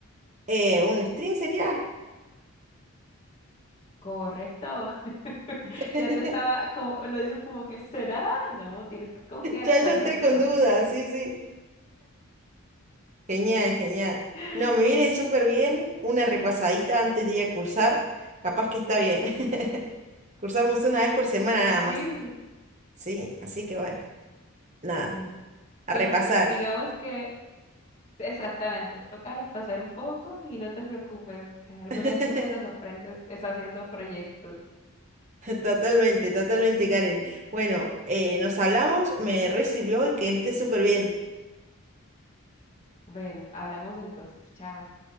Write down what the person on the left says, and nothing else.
correcto. <laughs>
Ya te estaba, como, lo dices como que será, no, tienes que confiar,
correcto.
<laughs>
Sí, pues,
bueno,
pues
digamos que exactamente, toca repasar un poco y no te preocupes, eh, algunas
cosas las aprendes es haciendo proyectos.
Bueno, hablamos entonces. Chao.